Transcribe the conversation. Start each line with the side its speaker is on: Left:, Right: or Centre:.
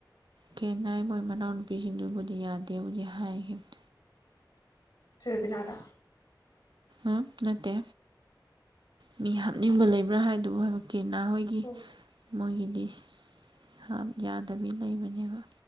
Right: ꯀꯦꯅ ꯃꯣꯏ ꯃꯅꯥꯎꯅꯨꯄꯤꯁꯤꯡꯗꯨꯕꯨꯗꯤ ꯌꯥꯗꯦꯕꯨꯗꯤ ꯍꯥꯏꯈꯤꯕꯅꯦ꯫
Left: ꯔꯦꯕꯤꯅꯥ ꯗ?
Right: ꯎꯝ ꯅꯠꯇꯦ ꯃꯤ ꯍꯥꯞꯅꯤꯡꯕ ꯂꯩꯕ꯭ꯔꯥ ꯍꯥꯏꯗꯨꯕꯨ ꯍꯥꯏꯕ꯫ ꯅꯥ ꯑꯣꯏꯒꯤ꯫
Left: ꯎꯝ
Right: ꯃꯣꯏꯒꯤꯗꯤ ꯍꯞ ꯌꯥꯗꯕꯤ ꯂꯩꯕꯅꯦꯕ꯫